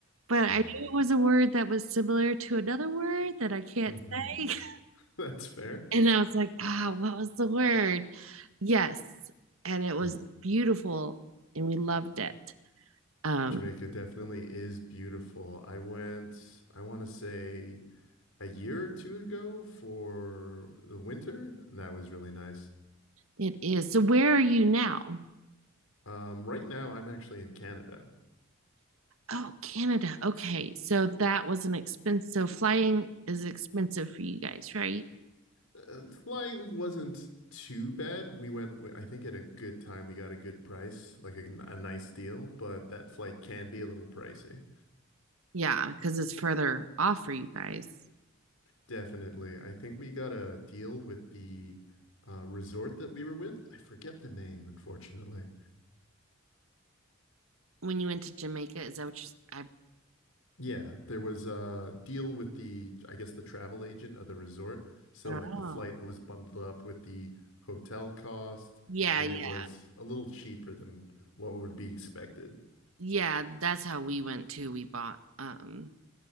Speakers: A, on the right; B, on the left.
A: but
B: Uh,
A: I knew it was a word that was similar to another word that I can't
B: hmm
A: say. <laughs>
B: <laughs> That's fair.
A: And I was like, ah, oh, what was the word? Yes. And it was
B: Yeah.
A: beautiful and we loved it. Um,
B: Jamaica definitely is beautiful. I went, I want to say a year or two ago for the winter, and that was really nice.
A: it is. So where are you now?
B: Um, right now, I'm actually in Canada.
A: Oh, Canada. Okay. So that was an expense. So flying is expensive for you guys, right?
B: Uh, flying wasn't too bad. We went, I think, at a good time. We got a good price, like a, a nice deal, but that flight can be a little pricey.
A: Yeah, because it's further off for you guys.
B: Definitely. I think we got a deal with the uh, resort that we were with. I forget the name, unfortunately.
A: When you went to Jamaica, is that what you? I,
B: Yeah, there was a deal with the, I guess, the travel agent of the resort. So,
A: I don't
B: like,
A: know.
B: the flight was bundled up with the hotel cost,
A: Yeah,
B: and
A: yeah,
B: it was a little cheaper than what would be expected. <laughs>
A: yeah. That's how we went too. We bought um,